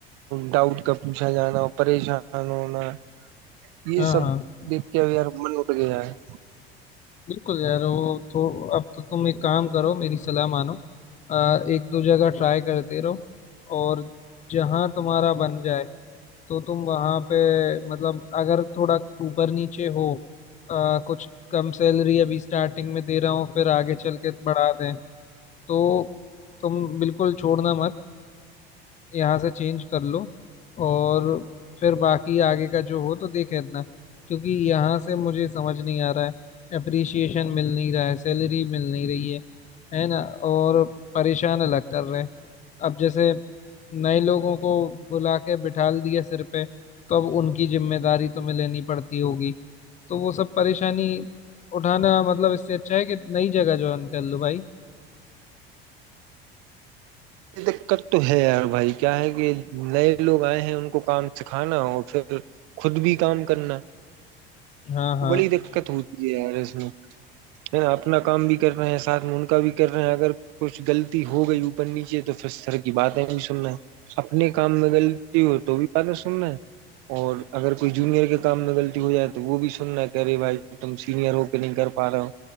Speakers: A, on the right; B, on the left.
A: डाउट का पूछा जाना और परेशान होना ये
B: हाँ
A: सब
B: हाँ
A: देख के अब यार मन उठ गया है
B: बिल्कुल यार वो तो अब तो तुम एक काम करो मेरी सलाह मानो आ, एक दो जगह ट्राई करते रहो और जहाँ तुम्हारा बन जाए तो तुम वहां पे मतलब अगर थोड़ा ऊपर नीचे हो आ, कुछ कम सैलरी अभी स्टार्टिंग में दे रहा हूँ फिर आगे चल के बढ़ा दें तो तुम बिल्कुल छोड़ना मत यहाँ से चेंज कर लो और फिर बाकी आगे का जो हो तो देख लेना क्योंकि यहाँ से मुझे समझ नहीं आ रहा है अप्रिसिएशन मिल नहीं रहा है सैलरी मिल नहीं रही है है ना और परेशान अलग कर रहे हैं अब जैसे नए लोगों को बुला के बिठा दिया सिर पे तो अब उनकी जिम्मेदारी तुम्हें लेनी पड़ती होगी तो वो सब परेशानी उठाना मतलब इससे अच्छा है कि नई जगह ज्वाइन कर लो भाई
A: ये दिक्कत तो है यार भाई क्या है कि नए लोग आए हैं उनको काम सिखाना और फिर खुद भी काम करना
B: हाँ हाँ
A: तो बड़ी दिक्कत होती है यार इसमें है ना अपना काम भी कर रहे हैं साथ में उनका भी कर रहे हैं अगर कुछ गलती हो गई ऊपर नीचे तो फिर सर की बातें भी सुनना है अपने काम में गलती हो तो भी बातें सुनना है और अगर कोई जूनियर के काम में गलती हो जाए तो वो भी सुनना है कि अरे भाई तुम सीनियर हो के नहीं कर पा रहे हो